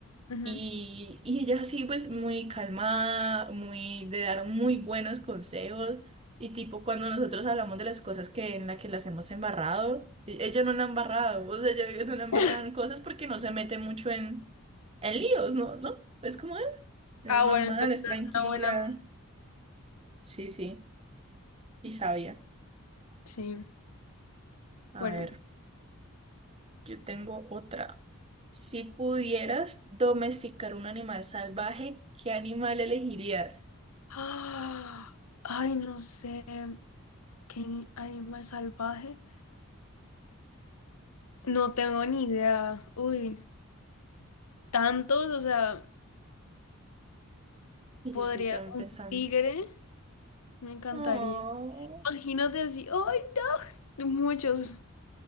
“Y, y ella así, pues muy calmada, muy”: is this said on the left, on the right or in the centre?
Right